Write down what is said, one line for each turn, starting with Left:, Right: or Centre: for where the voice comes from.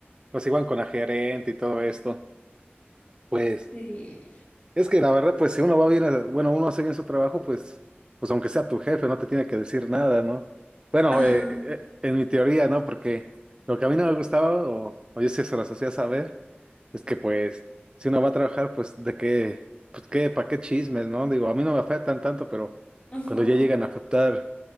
Right: pues igual con la gerente y todo esto. Pues
Left: Sí.
Right: es que la verdad, pues si uno va bien, a- bueno, uno hace bien su trabajo, pues, pues aunque sea tu jefe, no te tiene que decir nada, ¿no? Bueno,
Left: Ajá.
Right: eh, eh, eh, en mi teoría, ¿no? Porque lo que a mí no me gustaba, o, o yo sí se las hacía saber Es que pues, si uno va a trabajar, pues de qué, pues qué, para qué chismes, ¿no? Digo, a mí no me afectan tanto, pero
Left: ujú.
Right: cuando ya llegan a afectar